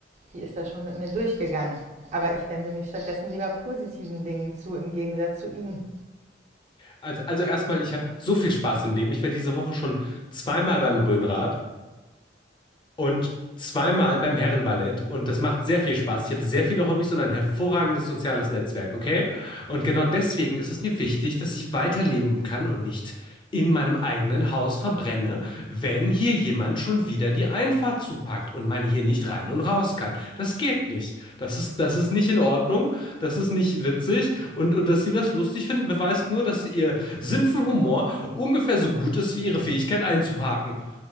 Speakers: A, on the right; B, on the left.
A: die ist da schon mit mir durchgegangen. Aber ich wende mich stattdessen lieber positiven Dingen zu, im Gegensatz zu Ihnen.
B: Also, also erstmal, ich habe so viel Spaß im Leben. Ich war diese Woche schon zweimal beim Rhönrad. und zweimal beim Herrenballett und das macht sehr viel Spaß. Ich habe sehr viele Hobbys und ein hervorragendes soziales Netzwerk, okay? Und genau deswegen ist es mir wichtig, dass ich weiterleben kann und nicht in meinem eigenen Haus verbrenne, wenn hier jemand schon wieder die Einfahrt zupackt und man hier nicht rein und raus kann. Das geht nicht. Das ist, das ist nicht in Ordnung, das ist nicht witzig und, und dass sie das lustig finden, beweist nur, dass ihr Sinn für Humor ungefähr so gut ist wie ihre Fähigkeit einzuparken.